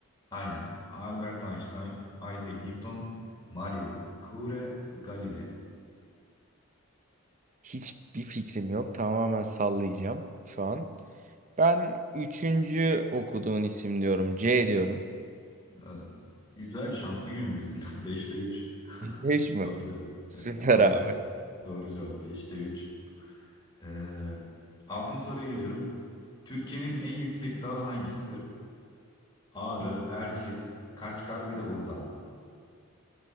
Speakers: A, on the left (about 20°); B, on the right (about 35°).
A: Aynen. Albert Einstein, Isaac Newton, Mario Curie, Galileo.
B: Hiçbir fikrim yok. Tamamen sallayacağım şu an. Ben üçüncü okuduğun isim diyorum. C diyorum.
A: Ee, Güzel, şanslı günündesin. <laughs> beşte üç <laughs>
B: Hiç mi?
A: Doğru cevap.
B: Süper
A: Evet, doğru.
B: abi.
A: Doğru cevap beşte üç Ee, 6. soruya geliyorum. Türkiye'nin en yüksek dağı hangisidir? Ağrı, Erciyes, Kaçkar bir de Uludağ.